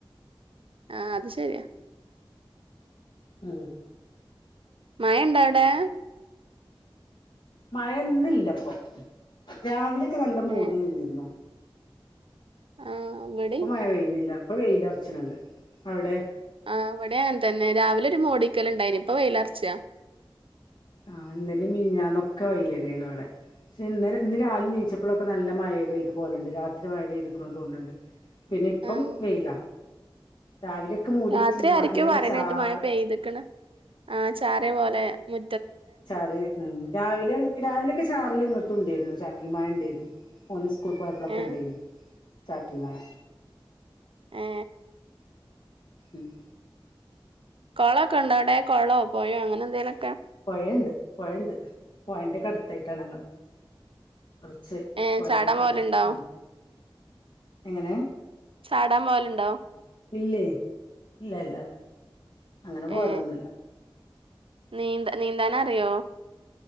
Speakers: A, on the right; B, on the left.
A: ആ അത് ശര്യാ
B: ഉം
A: മയണ്ടോവ്ടെ?
B: മയൊന്നില്ലപ്പൊ രാവിലൊക്കെ നല്ല മൂടി
A: ഏഹ്
B: നിന്നിരുന്നു.
A: ആഹ് ഇവിടിം
B: പ്പൊ മയ പെയ്ണില്ല പ്പൊ വെയിലെർച്ച്ണ് ണ്ട് അവ്ടെ?
A: ആ ഇവിടെ ങ്ങൻതന്നെ രാവിലൊരു മൂടിക്കല്ണ്ടായിര് ഇപ്പ വെയിലെർച്ചാ.
B: ആ ന്ന്ന്നലീം മിഞ്ഞാന്നൊക്കെ വൈലെന്നേ ന്നുവ്ടെ. ക്ഷെ ഇന്നലെ ഇന്ന് രാവ് ലെ നീ ച്ചപ്പോഴൊക്കെ നല്ല മഴ പെയ്ത പോലുണ്ട് രാത്രി മഴ പെയ്ത് ക്ക്ണ് തോന്ന്ണ് ണ്ട്. പിന്നെപ്പം
A: ആഹ്
B: വെയിലാ രാവിലെയൊക്കെ മൂടി
A: രാത്രി ആരിക്കും
B: എങ്ങനെ
A: പറയ്ണേട്ട്
B: ചാറ്
A: മഴ പെയ്തക്ണ് ആ ചാറിയ പോലെ മു
B: ചാറി ഉം രാവിലെ രാവിലൊക്കെ ചാറല്ങ്ങട്ടു ണ്ടേര്ന്നു. ചാറ്റൽമഴ ണ്ടേര്ന്നു. ഓന് സ്കൂൾ പോയപ്പ്ളൊക്കെ
A: ഏഹ്
B: ണ്ടേനി ചാറ്റിൽ മഴ.
A: ഏ
B: ഉം
A: കൊളൊക്കെ ണ്ടവടേ? കൊളോ, പൊയേ അങ്ങനെന്തേലും?
B: പൊയേണ്ട് പൊയണ്ട് പൊയേന്റെക്കടുത്തായിട്ടാ നങ്ങൾ കെറച്ച്
A: ഏ
B: പൊയേന്റൊക്കെടുത്താണ്.
A: ചാടാൻ പോവലുണ്ടോ
B: എങ്ങനേ?
A: ചാടാൻ പോല്ണ്ടോ?
B: ഇല്ലേ, ഇല്ല ഇല്ല ഇല്ല അങ്ങനെ പോവലൊന്നുല്ല.
A: ഏ നീന്ത നീന്താനറിയോ?